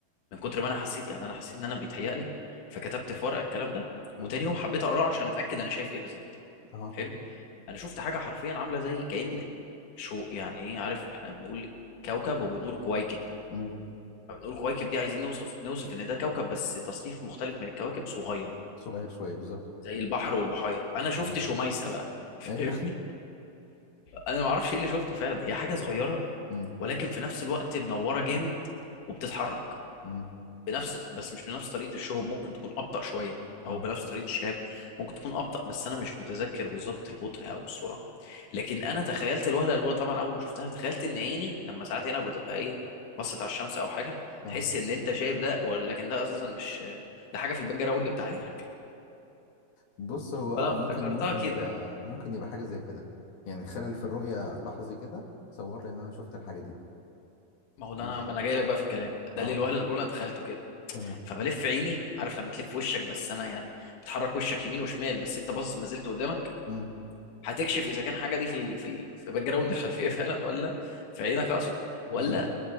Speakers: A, on the left; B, on the left.
A: من كتر ما انا حسيت يعني انا حسيت ان انا بيتهيأ لي فكتبت في ورقه الكلام ده
B: مم.
A: وتاني يوم حبيت اقراه عشان اتاكد انا شايف ايه بالظبط
B: اه
A: حلو انا شفت حاجه حرفيا عامله زي كأن شو يعني ايه عارف احنا بنقول كوكب وبنقول كويكب
B: مم.
A: فبنقول كويكب دي عايزين نوصف نوصف ان ده كوكب بس تصنيف مختلف من الكواكب صغير
B: صغير شوية بالظبط
A: زي البحر والبحيره انا شفت
B: مم.
A: شميسه بقى <laughs> فاهمني
B: ايوه <laughs>
A: انا ما اعرفش ايه اللي شفته فعلا هي حاجه صغيره
B: مم.
A: ولكن في نفس الوقت منوره جامد وبتتحرك
B: مم.
A: بنفس بس مش بنفس طريقه الشهب ممكن تكون ابطا شويه
B: اه
A: او بنفس طريقه الشهاب ممكن تكون ابطا بس انا مش متذكر بالظبط البطء او السرعه لكن انا تخيلت الوهله الاولى طبعا اول ما شفتها تخيلت ان عيني لما ساعات عينك بتبقى ايه بصت على الشمس او حاجه
B: اه
A: تحس ان انت شايف ده ولكن ده اساسا مش ده حاجه في الباك جراوند بتاع عينك
B: بص هو
A: فانا
B: اه
A: افتكرتها
B: ممكن ممكن
A: كده
B: يبقى ممكن يبقى حاجة زي كده يعني خلل في الرؤية لحظي كده صور لي ان انا شفت الحاجة دي
A: ما هو ده
B: و...
A: انا ما انا جاي لك بقى في الكلام ده
B: اه
A: ليه الوهله الاولى أنا تخيلته كده
B: تمام
A: فبلف عيني عارف لما تلف وشك بس انا يعني بتحرك وشك يمين وشمال بس انت باصص ما زلت قدامك
B: مم.
A: هتكشف اذا كان حاجه دي في ال... في ال... في باك جراوند الخلفيه فعلا ولا في عينك اقصد
B: بالظبط
A: ولا